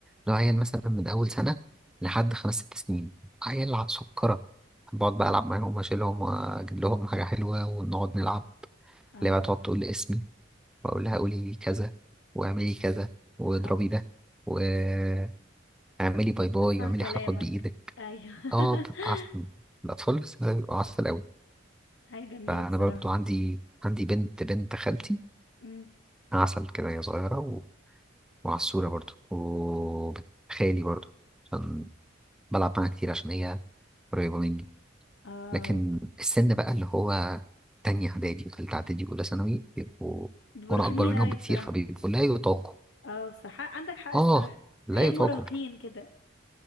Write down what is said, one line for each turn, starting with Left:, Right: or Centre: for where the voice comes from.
Centre: لو عيل مثلا من أول سنة لحد خمس ست سنين عيال على سكرة بقعد بقى ألعب معاهم وأشيلهم وأجيب لهم حاجة حلوة ونقعد نلعب
Left: اه
Centre: اللي بقى تقعد تقول لي اسمي وأقول لها قولي كذا واعملي كذا واضربي
Left: اه
Centre: ده واعملي باي باي
Left: بسمع
Centre: واعملي
Left: كلامك
Centre: حركات بإيدك
Left: ايوه
Centre: اه بتبقى
Left: <laughs>
Centre: عسل الأطفال في السن ده بيبقوا عسل أوي
Left: حاجه جميله
Centre: فأنا
Left: بصراحه
Centre: برضو عندي عندي بنت بنت خالتي
Left: امم
Centre: عسل كده هي صغيرة وعسولة برضو وخالي برضو عشان بلعب معاها كتير عشان هي قريبة مني
Left: اه
Centre: لكن السن بقى اللي هو تانية إعدادي وتالتة إعدادي وأولى ثانوي بيبقوا
Left: بيبقوا
Centre: وأنا
Left: رخمين
Centre: أكبر منهم
Left: قوي
Centre: بكتير
Left: بصراحة
Centre: فبيبقوا لا يطاقوا
Left: اه بصراحة عندك حق الصراحة
Centre: آه لا
Left: عيال
Centre: يطاقوا
Left: مراهقين كده